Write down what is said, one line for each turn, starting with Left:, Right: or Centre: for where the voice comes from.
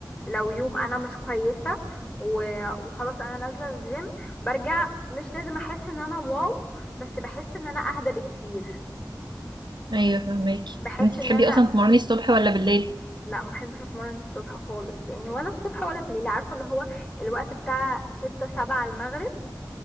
Left: لو يوم انا مش كويسه و- وخلاص انا نازله الجيم برجع مش لازم احس ان انا واو بس بحس ان انا اهدى بكتير
Right: ايوه فهماكي
Left: بحس
Right: انت بتحبي
Left: ان انا
Right: اصلا تمرني الصبح ولا بالليل
Left: لا ما بحبش اتمرن الصبح خالص يعني ولا الصبح ولا بالليل عارفه اللي هو الوقت بتاع ستة سبعة المغرب